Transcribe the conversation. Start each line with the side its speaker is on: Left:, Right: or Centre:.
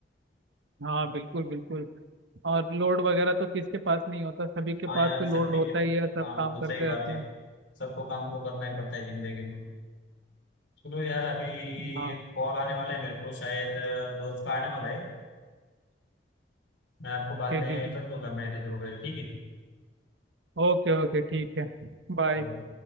Right: हाँ बिल्कुल बिल्कुल और लोड वगैरह तो किसके पास नहीं होता सभी के
Left: हाँ
Right: पास
Left: यार
Right: तो
Left: सभी
Right: लोड होता
Left: के
Right: ही है सब
Left: हाँ वो
Right: काम
Left: तो
Right: करते
Left: सही बात
Right: रहते
Left: है
Right: हैं
Left: सबको काम तो करना ही पड़ता है जिंदगी में चलो यार अभी
Right: हाँ
Left: एक कॉल आने वाला है मेरे को शायद अ, दोस्त का आने वाला है मैं आपको बाद
Right: जी
Left: में
Right: जी जी
Left: कर दूंगा मैसेज वगैरह ठीक है
Right: ओके ओके ठीक है बाय
Left: Bye.